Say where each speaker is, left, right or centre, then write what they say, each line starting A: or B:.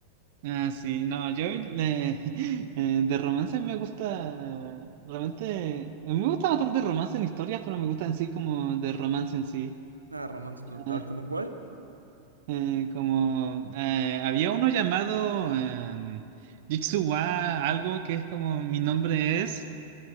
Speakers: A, on the right; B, on the right.
A: ah, sí. No, yo le- <laughs> eh, de romance a mí me gusta. Realmente. Me gusta bastante romance en historias, pero me gusta en sí como de romance en sí.
B: Nada, romance total,
A: Ah,
B: ¿como cuál?
A: eh, como eh, había uno llamado em, Jitsuwa, algo que es como mi nombre es,